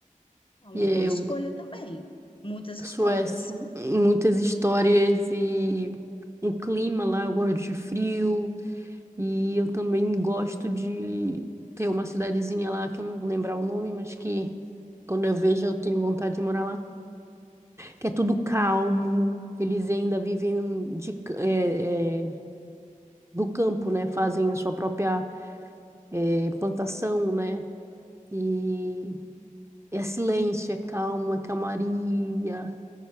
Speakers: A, on the left; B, on the right.
A: É uma
B: E
A: boa
B: aí
A: escolha
B: eu,
A: também. Muitas histórias.
B: Suécia, muitas histórias e o clima lá, eu gosto de frio. E eu também gosto de ter uma cidadezinha lá que eu não vou lembrar o nome, mas que quando eu vejo eu tenho vontade de morar lá. Que é tudo calmo, eles ainda vivem de, ca- é, é, do campo, né? Fazem sua própria é, plantação, né? E é silêncio, é calma, é calmaria.